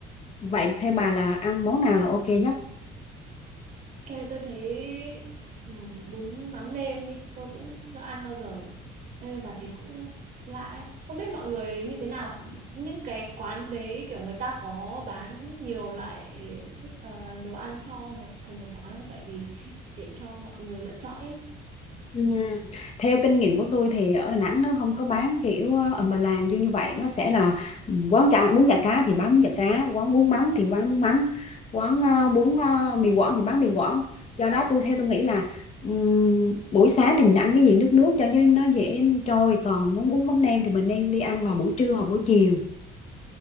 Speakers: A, on the left; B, on the right.
A: vậy theo bà là ăn món nào là ok nhất
B: Ê, tôi thấy ừ, bún mắm nêm đi, tôi cũng chưa ăn bao giờ. Ê, mà thấy cũng lạ ấy. Không biết mọi người như thế nào, những cái quán đấy kiểu người ta có bán nhiều loại thức, ờ, đồ ăn cho một cùng một quán không? Tại vì để cho mọi người lựa chọn ấy.
A: Ừm, Theo kinh nghiệm của tôi thì ở Đà Nẵng nó không có bán kiểu ờ, ầm bà làng như như vậy nó sẽ là quán chả bún chả cá thì bán bún chả cá quán bún mắm thì quán bún mắm quán ờ, bún ờ, mì Quảng thì bán mì Quảng do đó tôi theo tôi nghĩ là ừm, buổi sáng thì mình ăn cái gì nước nước cho cho nó dễ trôi còn muốn bún mắm nêm thì mình nên đi ăn
B: Ok,
A: vào buổi trưa hoặc buổi chiều